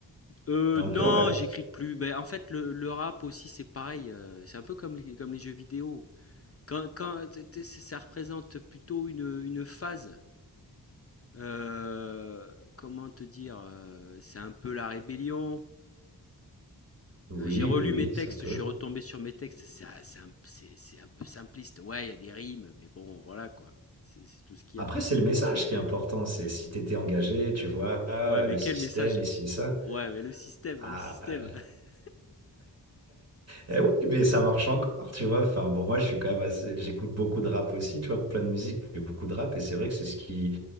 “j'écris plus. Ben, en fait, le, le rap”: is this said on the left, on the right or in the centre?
Left